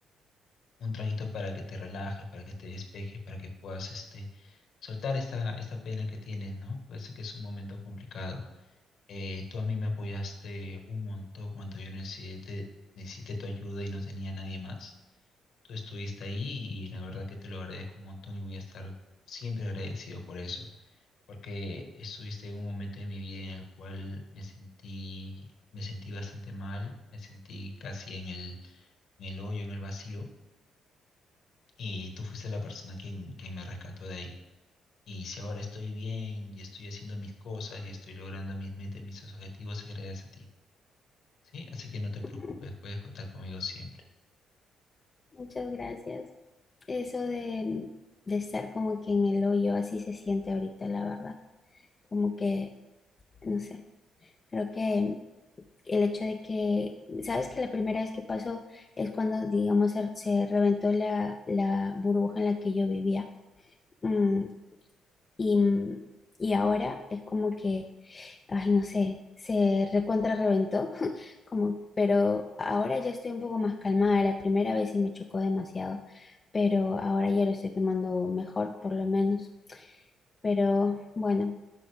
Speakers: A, on the left (about 70°); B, on the left (about 30°).
A: un traguito para que te relajes, para que te despejes, para que puedas este, soltar esta, esta pena que tienes, ¿no? Puede ser que es un momento complicado. Eh, tú a mí me apoyaste un montón cuando yo necesité, necesité tu ayuda y no tenía nadie más. Tú estuviste ahí y la verdad que te lo agradezco un montón y voy a estar siempre agradecido por eso, porque estuviste en un momento de mi vida en el cual me sentí, me sentí bastante mal, me sentí casi en el, en el hoyo, en el vacío, y tú fuiste la persona quien, quien me rescató de ahí. Y si ahora estoy bien y estoy haciendo mis cosas y estoy logrando mis metas y mis objetivos, es gracias a ti, ¿sí? Así que no te preocupes,
B: Ujú.
A: puedes contar conmigo siempre.
B: Muchas gracias. Eso de, de estar como que en el hoyo, así se siente ahorita, la verdad. Como que, no sé, creo que el hecho de que, sabes que la primera vez que pasó es cuando, digamos, se, se reventó la, la burbuja en la que yo vivía. Mm, y, mm, y ahora es como que, ay, no sé, se recontra reventó, <laughs> como, pero ahora ya estoy un poco más calmada. La primera vez sí me chocó demasiado, pero ahora ya lo estoy tomando mejor, por lo menos. Pero bueno,